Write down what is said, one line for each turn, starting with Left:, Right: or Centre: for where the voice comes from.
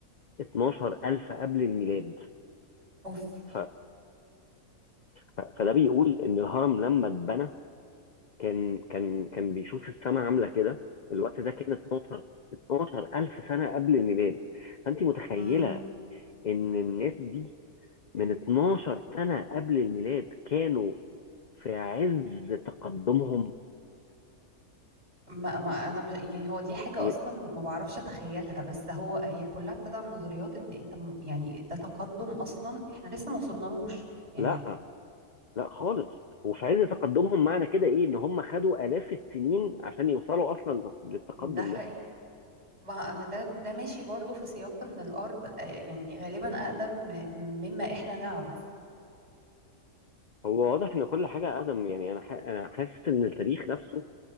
Left: 12000 قبل الميلاد
Right: اوف
Left: ف... ف- فده بيقول ان الهرم لما اتبنى كان كان كان بيشوف السماء عامله كده الوقت ده كان 12 12000 سنه قبل الميلاد فانت متخيله
Right: امم
Left: ان الناس دي من 12 سنة قبل الميلاد كانوا في عز تقدمهم
Right: ما, ما انا مش يعني هو دي حاجة
Left: يب-
Right: اصلا ما بعرفش اتخيلها بس هو هي كلها ابتدى من نظريات ان انت م- يعني ده تقدم اصلا احنا لسه ما وصلنالوش يعني
Left: لا لا خالص وفي عز تقدمهم معنى كده ايه ان هم خدوا آلاف السنين عشان يوصلوا اصلا للتقدم
Right: ده حقيقي
Left: ده
Right: ما ده ده ماشي برضو في سياق ان الارض آه، يعني غالبا اقدم م- مما احنا نعرف
Left: هو واضح ان كل حاجة ادم يعني انا ح- انا حاسس ان التاريخ نفسه